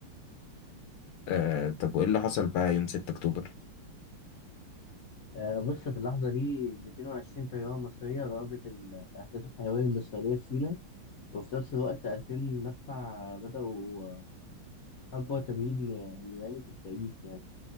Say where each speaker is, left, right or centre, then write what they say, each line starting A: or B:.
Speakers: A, on the left; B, on the left.
A: آه طب وإيه اللي حصل بقى يوم 6 أكتوبر؟
B: آه، بص في اللحظة دي 220 طيارة مصرية ضربت الأهداف الحيوية الإسرائيلية في سيناء وفي نفس الوقت 2000 مدفع بدأوا آه، أكبر تمهيد ن- نيراني في التاريخ يعني.